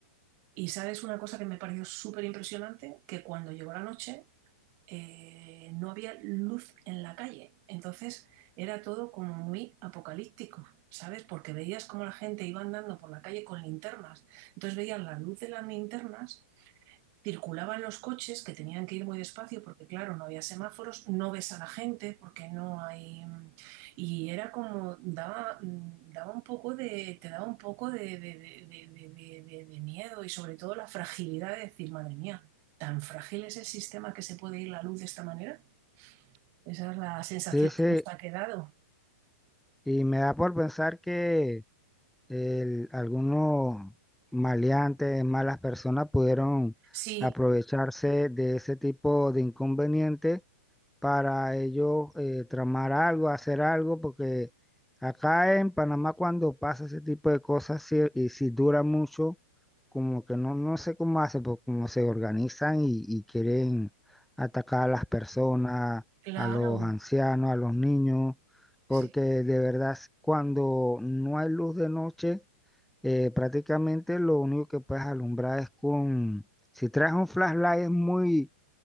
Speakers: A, on the right; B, in the centre.
A: Y sabes una cosa que me pareció súper impresionante, que cuando llegó la noche eh, no había luz en la calle. Entonces era todo como muy apocalíptico, ¿sabes? Porque veías cómo la gente iba andando por la calle con linternas. Entonces veías la luz de las linternas circulaban los coches que tenían que ir muy despacio porque, claro, no había semáforos, no ves a la gente porque no hay... Y era como, daba, daba un poco de, te daba un poco de, de- de- de- de- de- de- de miedo y sobre todo la fragilidad de decir, madre mía, ¿tan frágil es el sistema que se puede ir la luz de esta manera? Esa es la sensación
B: Sí, sí,
A: que nos ha quedado.
B: y me da por pensar que el- algunos maleantes, malas personas pudieron
A: Sí,
B: aprovecharse de ese tipo de inconvenientes para ellos eh, tramar algo, hacer algo, porque acá en Panamá cuando pasa ese tipo de cosas sí- y si dura mucho, como que no, no sé cómo hacen, pues como se organizan y, y quieren atacar a las personas,
A: claro,
B: a los ancianos, a los niños,
A: sí,
B: porque de verdad cuando no hay luz de noche, eh, prácticamente lo único que puedes alumbrar es con, si traes un flashlight es muy